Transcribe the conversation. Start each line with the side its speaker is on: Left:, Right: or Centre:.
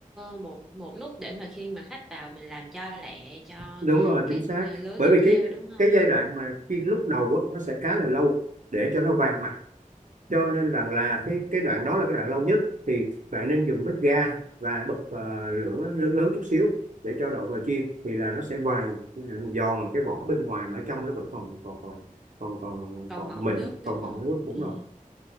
Centre: một một lúc để mà khi mà khách vào mình làm cho lẹ cho
Right: đúng rồi
Centre: các
Right: chính xác
Centre: ờ, lứa
Right: bởi
Centre: tiếp
Right: vì
Centre: theo
Right: cái
Centre: đúng không
Right: cái giai đoạn mà chiên lúc đầu á, nó sẽ khá là lâu để cho nó vàng mặt cho nên rằng là
Centre: ừ.
Right: cái cái đoạn đó là cái đoạn lâu nhất thì bạn nên dùng bếp ga và bật ờ, lửa lớn lớn chút xíu để cho đậu vào chiên thì là nó sẽ vàng ừ, giòn cái vỏ bên ngoài mà ở trong nó vẫn còn còn còn còn còn
Centre: còn
Right: còn
Centre: mọng
Right: mịn
Centre: nước
Right: còn
Centre: đúng không
Right: mọng nước đúng
Centre: ừ.
Right: rồi